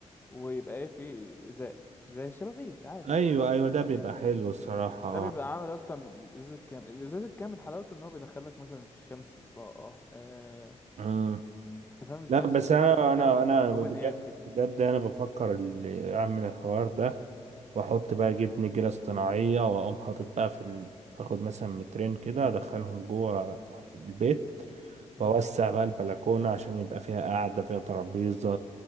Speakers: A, on the left (about 15°); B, on the right (about 65°).
A: ويبقى ايه في ازاز زي الشبابيك عادي
B: ايوه ايوه ده بيبقى حلو الصراحة اه
A: ده بيبقى عامل اكتر من الازاز الكامل الازاز الكامل حلاوته ان هو بيدخلك مثلا في الشمس الاضاءه آه، آه،
B: مم.
A: انت فاهم
B: لا
A: تحس
B: بس
A: ان انت
B: انا
A: قاعد في مكان
B: انا انا
A: اوبن
B: بجد
A: اير كده
B: بجد انا بفكر ال- اعمل الحوار ده واحط بقى
A: مم.
B: جبن جبنة اصطناعية واقوم حاطط بقى في ال... اخد مثلا مترين كده ادخلهم جوه البيت
A: مم.
B: واوسع بقى البلكونة عشان يبقى فيها قعدة فيها ترابيزة